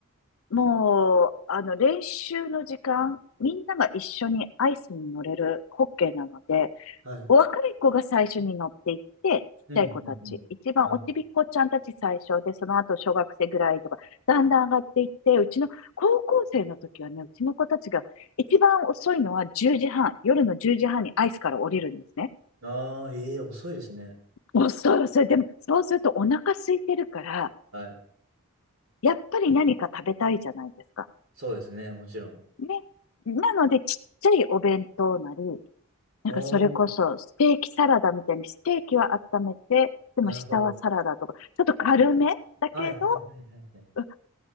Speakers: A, on the left; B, on the right.
A: もう、あの、練習の時間、みんなが一緒にアイスに乗れるホッケーなので、
B: はい。
A: お若い子が最初に乗っていって、ちっちゃい子たち、
B: うん、うん、うん。
A: 一番おちびっこちゃんたち最初で、
B: なるほ
A: その後小学生ぐらいとか、だんだん上がっていって、うちの高校生の時はね、うちの子たちが一番遅いのは1時半、夜の10時半にアイスから降りるんですね。
B: ど。ああ、ええー、遅いですね。
A: 遅い遅い。でも、そうするとお腹空いてるから、
B: はい。
A: やっぱり何か食べたいじゃないですか。
B: そうですね、もちろん。
A: ね。なので、ちっちゃいお弁当なり、なんかそれこそ、
B: おー、
A: ステーキサラダみたいに、ステーキは温めて、でも下はサラダとか、
B: なるほど。
A: ちょっと軽めだけど、
B: はいはいはいはいはい。
A: うん